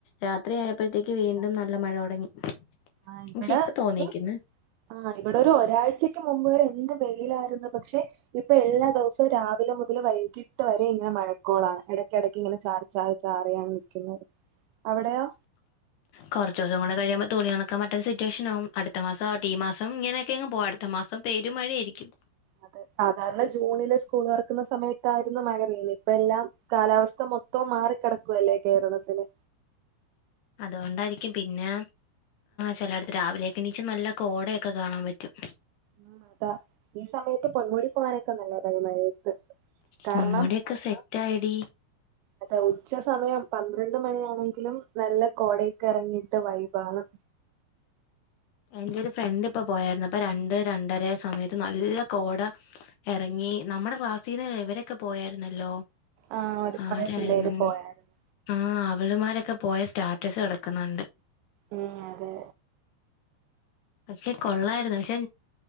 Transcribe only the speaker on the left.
രാത്രി ആയപ്പോഴത്തേക്ക് വീണ്ടും നല്ല മഴ തുടങ്ങി
പക്ഷെ ഇപ്പ തോന്നീക്കുന്ന
കുറച്ച് ദിവസം കൂടെ കഴിയുമ്പോ തുണിഉണക്കാൻ പറ്റാത്തസിറ്റുവേഷൻ ആകും അടുത്ത മാസം ആട്ടെ ഈ മാസം ഇങ്ങനെയൊക്കെങ്ങ് പോവും അടുത്ത മാസം പേരും മഴ ആയിരിക്കും
അതുകോണ്ടായിരിക്കും പിന്നെ ചിലടത്ത് രാവിലെയോക്കെ എണീച്ച് നല്ല കോടയോക്കെ കാണാൻ പറ്റും
പൊന്മുടിയൊക്കെ സെറ്റ് ആയെടി
എന്റെ ഒരു ഫ്രണ്ട് ഇപ്പോ പോയായിരുന്നു അപ്പൊ രണ്ട് രണ്ടര സമയത്ത് നല്ല കോട ഇറങ്ങി നമ്മുടെ ക്ലാസ്സിൽന്ന് എവരൊക്കെ പോയായിരുന്നല്ലോ
ആരായിരുന്നു
ആ അവളുമാരോക്കെ പോയ സ്റ്റാറ്റസ് കെടക്കുന്നുണ്ട്
പക്ഷെ കോള്ളായിരുന്നു പക്ഷെ